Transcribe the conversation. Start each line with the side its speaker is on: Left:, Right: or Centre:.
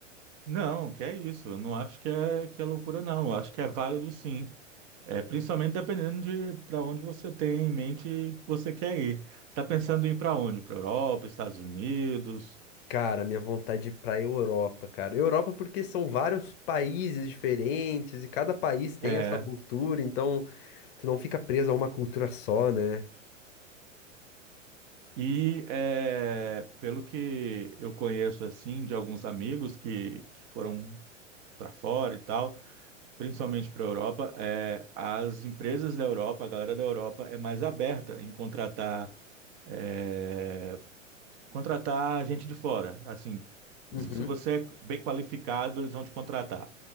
Right: Não, que é isso. Eu não acho que é, que é loucura, não. Eu acho que é válido, sim. É, principalmente dependendo de para onde você tem em mente que você quer ir. Você está pensando em ir para onde? Para Europa, Estados Unidos?
Left: Cara, minha vontade de ir pra Europa, cara. Europa porque são vários países diferentes e cada país tem
Right: É.
Left: a sua cultura, então tu não fica preso a uma cultura só, né?
Right: E é, pelo que eu conheço assim de alguns amigos que, que foram para fora e tal, principalmente para a Europa, é, as empresas da Europa, a galera da Europa é mais aberta em contratar é, contratar gente de fora. Assim,
Left: Uhum.
Right: você- se você é bem qualificado, eles vão te contratar.